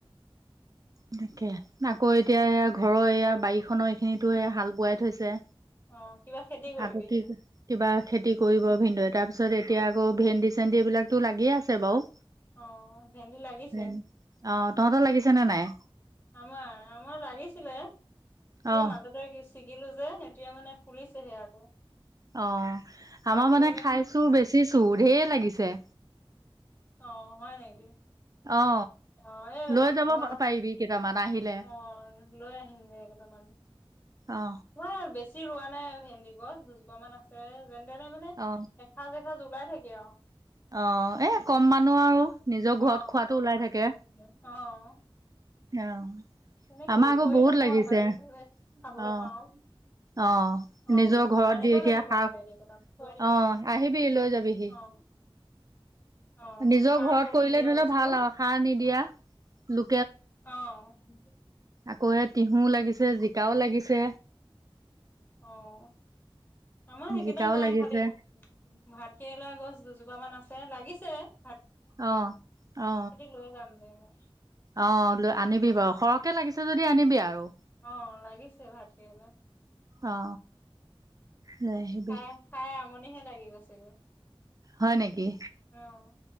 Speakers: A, on the right (about 40°); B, on the left (about 20°).
A: এনেকে আকৌ এতিয়া
B: উম।
A: ঘৰৰ এয়া বাৰীখনৰ এইখিনিতো সে হাল বোৱাই থৈছে
B: অ' কিবা খেতি কৰিবি?
A: আকৌ কি কিবা খেতি কৰিব ভিন্দ তাৰ পিছ তাৰিত এতি আকৌ ভেন্দি চেন্দি এইবিলাকতো লাগিয়ে আছে বাৰু
B: অ ভেন্দি লাগিছে
A: ভেন অ তহঁতৰ লাগিছে নে নাই
B: আমাৰ আমাৰ লাগিছিলে এই
A: অ
B: মাজতে কি ছিগিলো যে এতিয়া মানে ফুলিছেহে আকৌ
A: অ
B: ভাত
A: আমাৰ
B: কেৰেলা
A: মানে খাইছো বেচিছো ধঢেৰ লাগিছে
B: অ হয় নেকি
A: অ
B: আহ এই
A: লৈ যাব
B: ঘৰ
A: পাৰিবি কেইটামান আহিলে
B: আহ লৈ আহিম যে কেইটা পানী
A: অ
B: মই আৰু বেছি বি ৰোৱা নাই ভেন্দি গছ দুজোপা মান আছে যেন তেনে মানে
A: অ
B: এসা জ এসা জলাই থাকে অ
A: অ এ কম মানুহ আৰু নিজৰ
B: অ'
A: ঘৰত খোৱাতটো ওলাই থাকে
B: অ'
A: অ
B: তেনেকে
A: আমাৰ আকৌ
B: কৰি
A: বহুত
B: থাকো
A: লাগিছে
B: আমাজ খাবলৈ
A: অ
B: পাও
A: অ
B: অ
A: নিজৰ ঘৰত
B: আনিব
A: দি এতিয়া
B: লাগিব
A: সাৰ
B: গলেেইটাক থৈ দি
A: অ আহিবি লৈ যাবিহি
B: অ অ',
A: নিজৰ
B: সাৰ
A: ঘৰত
B: সুৰ
A: কৰিলে
B: নিদিয়া
A: ধৰিলেও
B: বস্তু
A: ভাল আৰু সাৰ নিদিয়া লু
B: অ উ
A: আকৌ এ তিহু লাগিছে জিকাও লাগিছে
B: আহ আমাৰ সেইকেইটা
A: জিকাও
B: নাই
A: লাগিছে
B: খালি ভাত কেৰেলা গছ দুজোপা মান আছে লাগিছে তে
A: অ অ
B: লৈ যাম দে মই
A: অ লৈ আনিবি বাৰু সৰহকে লাগিছে যদি আনিবে আৰু
B: অ লাগিছে ভাত কেৰেলা
A: অ লৈ আহিবি
B: খাই খাই আমনিহে লাগি <unintelligible>
A: হয় নেকি
B: অ',